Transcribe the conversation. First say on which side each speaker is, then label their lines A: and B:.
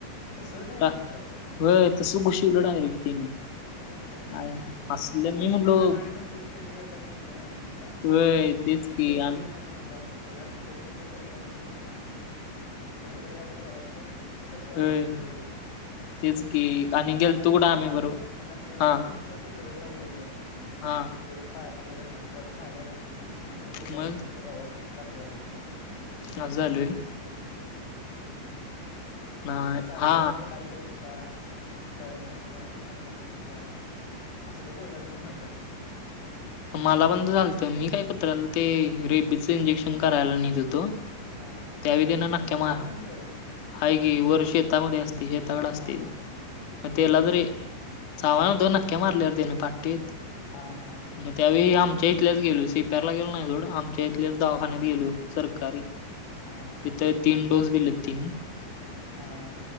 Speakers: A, on the left (about 85°); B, on the left (about 50°).
A: तसंच डायरेक्ट
B: टा होय तस घुशीवल डायरेक्ट त्यांनी.
A: अरररर
B: आय असलं
A: आधीचं
B: मी म्हणलो
A: त्यांना वेळ नुसतोय ती कशी करत्यात माहिती आहे नव्हं नुस ता
B: होय तेच
A: नीट
B: की
A: लक्ष देत
B: आणि
A: नाहीत मर्दा पगार फुकट मिळतोय सरकारकडनं कसंतर काहीतरी करायचं सपवायचं
B: होय
A: एकदाचं,
B: तेच की आणि गेलतो
A: माझ्या मित्राला
B: कुठं आम्ही बरोबर
A: पण माझ्या मित्राला
B: हा
A: पण एकदा कुत्रं चावलेलं
B: हा
A: त्याच पाळलेलं घरातलं खायला देताना आणि तो गेलाय
B: मग
A: तिथं त्या दवाखान्यात दाखवायला त्याला
B: असं झालोय
A: शिव्या देत हुतीत
B: नाय
A: येवढं चावू
B: हा
A: पर्यंत काय करत होतास? कळत नव्हतं काय? आ कल नव्हती काय? असंल बोलालतीत मर्दा.
B: मला पण तस झालत, मी काय कुत्र्याला ते रेबीचं इंजेक्शन करायला निेत होतो
A: हा हा,
B: त्यावेळी त्यानं
A: कुत्र
B: नक्क्या
A: कुत्र
B: मार
A: हाय तुमचं?
B: हाय की वर शेतामध्ये असतय शेताकड असतय
A: हा
B: ते.
A: हा
B: म
A: ते
B: तेला
A: चावलेलं
B: तरीे
A: होय
B: चावाय नव्हतं नक्क्या मारल्या रे तेन पाटीत
A: हा हा.
B: मग त्यावेळी आमच्या इथल्याच गेलो सी पी आर ला गेलो नाही सोड, आमच्या इथल्याच दावाखान्यात गेलो सरकारी.
A: हा हा
B: तिथं
A: हा
B: तीन डोस दिलत तिनी.
A: हा.